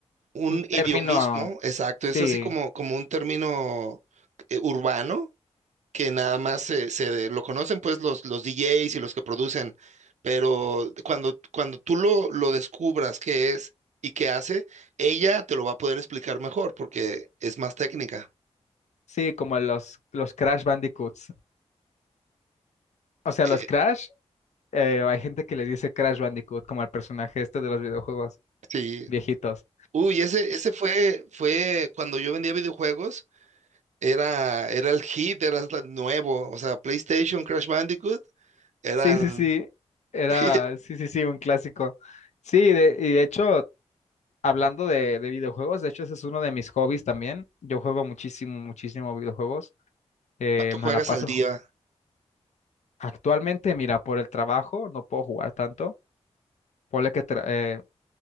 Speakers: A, on the right (about 85°); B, on the left (about 75°).
A: un
B: un término,
A: idiomismo, exacto,
B: sí,
A: es así como, como un término eh, urbano que nada más se, se lo conocen pues los, los DJs y los que producen, pero cuando, cuando tú lo, lo descubras qué es y qué hace, ella te lo va a poder explicar mejor porque es más técnica.
B: sí, como los, los Crash Bandicoots.
A: Eh,
B: O sea, los Crash, eh, hay gente que les dice Crash Bandicoot, como el personaje este de los videojuegos
A: sí.
B: viejitos.
A: Uy, ese, ese fue, fue cuando yo vendía videojuegos, era, era el hit, era el nuevo, o sea, PlayStation, Crash Bandicoot, eran...
B: Sí, sí, sí, era,
A: <laughs>
B: sí, sí, sí, un clásico. Sí, de- y de hecho Hablando de, de videojuegos, de hecho ese es uno de mis hobbies también. Yo juego muchísimo, muchísimo videojuegos. Eh,
A: ¿Cuánto
B: me
A: juegas
B: la paso
A: al día?
B: ju- actualmente, mira, por el trabajo no puedo jugar tanto. Ponle que tra- eh,